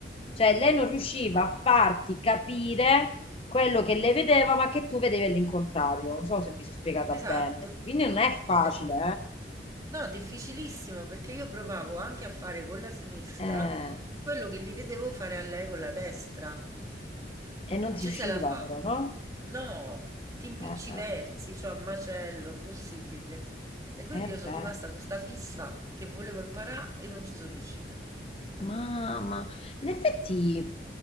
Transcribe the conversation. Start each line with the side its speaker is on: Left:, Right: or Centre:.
Left: cioè lei non riusciva a farti capire quello che lei vedeva, ma che tu vedevi all'incontrario. Non so se mi sono spiegata
Right: Esatto.
Left: bene. Quindi non è facile,
Right: Es- No, difficilissimo perché io provavo anche a fare con la sinistra
Left: eh? Eh,
Right: quello che gli vedevo fare a lei con la destra.
Left: e non
Right: Non
Left: ti
Right: ci
Left: usciva
Right: se la fa.
Left: però, no?
Right: No, ti impicciversi,
Left: Eh,
Right: cioè a macello, impossibile. E quindi
Left: eh, eh
Right: io sono
Left: beh.
Right: rimasta con sta fissa che volevo imparare e non ci sono riuscita.
Left: Mamma, in effetti,